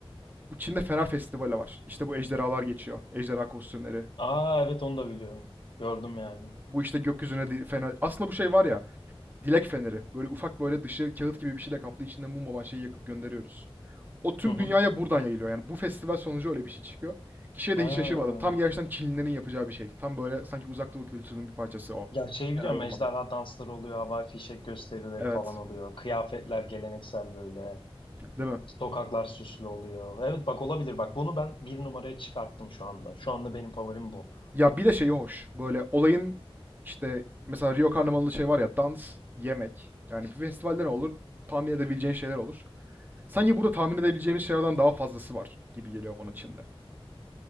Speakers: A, on the right; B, on the left.
A: Bu Çin'de Fener Festivali var. İşte bu ejderhalar geçiyor. Ejderha kostümleri.
B: Aa evet onu da biliyorum. Gördüm yani.
A: Bu işte gökyüzüne di- fener. Aslında bu şey var ya. Dilek feneri. Böyle ufak böyle dışı kağıt gibi bir şeyle kaplı içinde mum olan şeyi yakıp gönderiyoruz. O tüm
B: Hı hı.
A: dünyaya buradan yayılıyor. Yani bu festival sonucu öyle bir şey çıkıyor. Kişiye
B: Ha.
A: de hiç şaşırmadım. Tam gerçekten Çinlilerin yapacağı bir şey. Tam böyle sanki uzak doğu kültürünün bir parçası o.
B: Ya şey
A: Fener
B: biliyorum
A: yollama.
B: ejderha dansları oluyor. Havai fişek gösterileri
A: Evet.
B: falan oluyor. Kıyafetler geleneksel böyle.
A: Değil mi?
B: Sokaklar süslü oluyor. Evet bak olabilir bak bunu ben bir numaraya çıkarttım şu anda. Şu anda benim favorim bu.
A: Ya bir de şey hoş. Böyle olayın işte mesela Rio Karnavalı'nda şey var ya dans, yemek. Yani bir festivalde ne olur? Tahmin edebileceğin şeyler olur. Sanki burada tahmin edebileceğimiz şeylerden daha fazlası var gibi geliyor bana Çin'de.